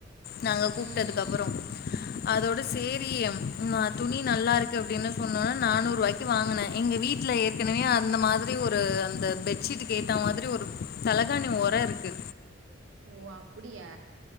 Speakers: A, on the left (about 50°); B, on the right (about 75°).
A: நாங்க கூப்டதுக்கு
B: ம்
A: அப்றோ அதோட சேரி ம் துணி நல்லாருக்கு அப்டினு சொன்னோன நானூருவாய்க்கு வாங்கன எங்க வீட்ல ஏற்கனவே அந்த மாதிரி ஒரு அந்த பெட்ஷீட்டுக்கு ஏத்த மாதிரி ஒரு தலகாணி ஒர இருக்கு
B: ஓ அப்பிடியா